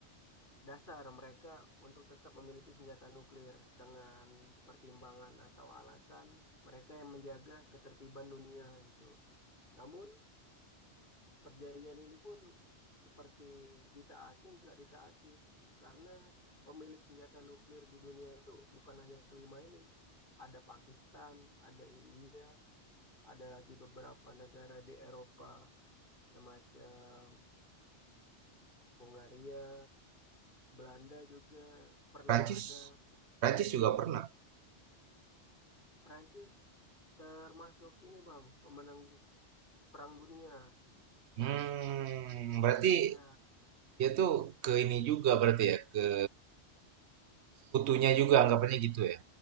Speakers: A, on the left; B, on the right.
A: dasar mereka untuk tetap memiliki senjata nuklir dengan pertimbangan atau alasan mereka yang menjaga ketertiban dunia gitu. Namun perjanjian ini pun seperti ditaati nggak ditaati karena pemilik senjata nuklir di dunia itu bukan hanya kelima ini. Ada Pakistan, ada India, ada lagi beberapa negara di Eropa semacam Hungaria, Belanda juga pernah
B: Prancis,
A: ada.
B: Prancis juga pernah.
A: Prancis termasuk ini Bang, pemenang Perang Dunia.
B: Hmm, berarti
A: Iya,
B: dia tuh ke ini juga berarti ya ke sekutunya juga anggapannya gitu ya.